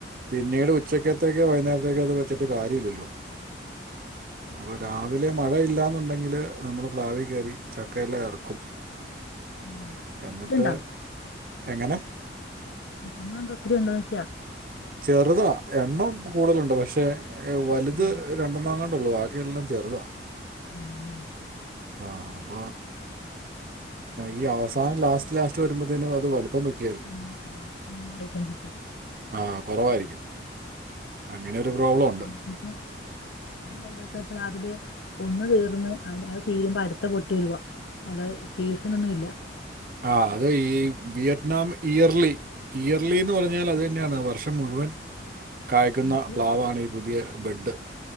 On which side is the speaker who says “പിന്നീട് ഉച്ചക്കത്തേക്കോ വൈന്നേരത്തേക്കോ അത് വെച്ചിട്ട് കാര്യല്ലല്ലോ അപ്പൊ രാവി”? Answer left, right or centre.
Right